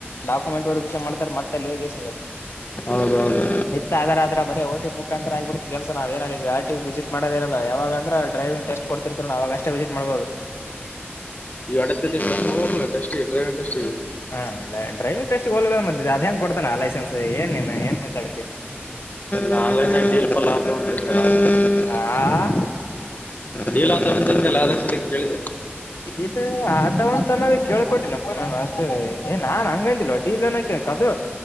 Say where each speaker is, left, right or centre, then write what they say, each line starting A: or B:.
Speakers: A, on the left; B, on the left.
A: ಡಾಕುಮೆಂಟ್ ವರಬುಶನ್ ಮಾಡ್ತಾರ ಮತ್ತ ಅಲ್ಲ ಹೊಗೆಸಿಂದ.
B: ಹೌದೌದು.
A: ಇತ್ತ ಆದ್ರ ಅದ್ರ ಬರೆ ಓಟಿಪಿ ಮುಖಾಂತರ ಆಗ್ಬಿಡ್ತ ಕೆಲ್ಸನ್ ನಾವ ಏನ ಆರ್ಟಿ ವಿಸಿಟ್ ಮಾಡದೆ ಇರಲ್ಲ ಯಾವಾಗಂದ್ರ ಡ್ರೈವಿಂಗ್ ಟೆಸ್ಟ್. ಕೊಡ್ತಿರ್ತಾರ ನೋಡ ಅವಾಗಷ್ಟೇ ವಿಸಿಟ್ ಮಾಡ್ಬೋದು.
B: ಈ ಅಡ್ <unintelligible> <unintelligible> ಟೆಸ್ಟಿಗ ಡ್ರೈವಿಂಗ ಟೆಸ್ಟಿಗ
A: ಹಾ ಡೈ ಡ್ರೈವಿಂಗ್ ಟೆಸ್ಟಿಗ ಹೋಲಿಲ್ಲ ಮತ್ ಅದಹ್ಯಾಂಗ ಕೊಡ್ತಾನ ಲೈಸನ್ಸ್ ಏನ್ ನೀನ್ ಏನ್ ಮಾತಾಡ್ತಿ.
B: ನಾಂಗ ಕಲಿಪಲ್ಲಾ <unintelligible>
A: ಆ
B: ನಿಲ್ಲ ಅಂತ <unintelligible> ಅದ್ರಸಲ್ಯಕ್ ಕೇಳಿದೆ.
A: ಇಲ್ಲ ಆತವಂತ ಅನ್ನೋದ ಕೇಳ್ಕೊಟ್ಟಿನಕ್ಕು ನಾನು ಅಷ್ಟೆ ಏ ನಾನ್ ಹಂಗಂದಿಲ್ಲೋ. ಇಲ್ಲನಕೇನ್ ಕದು